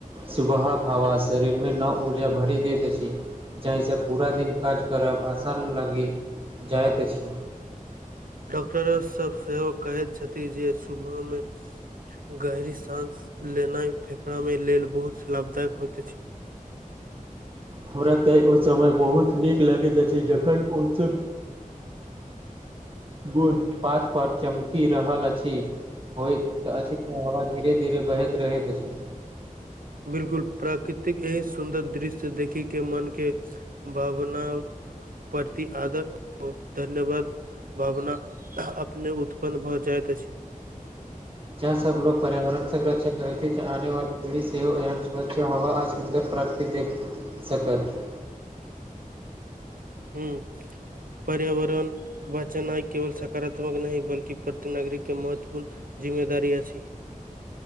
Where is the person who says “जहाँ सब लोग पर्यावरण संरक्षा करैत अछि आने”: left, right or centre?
Right